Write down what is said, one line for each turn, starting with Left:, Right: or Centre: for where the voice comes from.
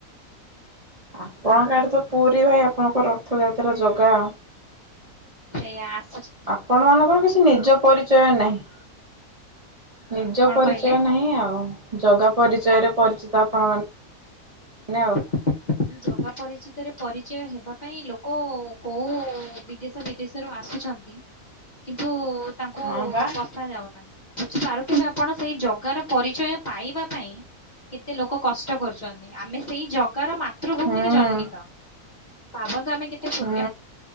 Right: ଆପଣ କାଡେ ତ ପୁରୀ ଭାଇ ଆପଣଙ୍କ ରଥଯାତ୍ରା ଜାଗା
Left: ସେଇୟା।
Right: ଆପଣ ମାନଙ୍କର କିଛି ନିଜ ପରିଚୟ ନାହିଁ। ନିଜ
Left: କଣ
Right: ପରିଚୟ
Left: କହିଲେ?
Right: ନାହିଁ ଆଉ। ଜଗା ପରିଚୟରେ
Left: କା
Right: ପରିଚିତ <unintelligible>
Left: ଏଇ ଜଗା ପରିଚିତରେ ପରିଚୟ ହେବା ପାଇଁ ଲୋକ କୋଉ ବିଦେଶ ବିଦେଶରୁ ଆସୁଛନ୍ତି। କିନ୍ତୁ ତାଙ୍କୁ
Right: ହଁ ବା
Left: ପଶା ଯାଉ ନାହିଁ। ବୁଝିପାରୁଥିବେ ଆପଣ ସେଇ ଜଗାର ପରିଚୟ ପାଇବା ପାଇଁ କେତେ ଲୋକ କଷ୍ଟ କରୁଛନ୍ତି ଆମେ ସେଇ ଜ ଗରମା ତୃଭୂମିରେ
Right: ହୁଁ
Left: ଜନ୍ମିତ ଭାବନ୍ତୁ ଆମେ କେତେ ପୁଣ୍ୟ
Right: ହୁଁ।